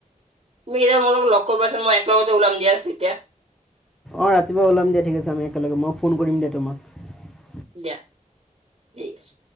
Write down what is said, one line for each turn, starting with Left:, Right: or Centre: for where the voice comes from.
Right: তুমি কেইটাম লগ কৰিবাচুন মই একলগতে উলাম দিয়া তেতিয়া
Centre: অ ৰাতিপুৱা ওলাম দিয়া ঠিক আছে। আমি একেলগে মই ফোন কৰিম দিয়া তোমাক।
Right: দিয়া ঠিক আছে।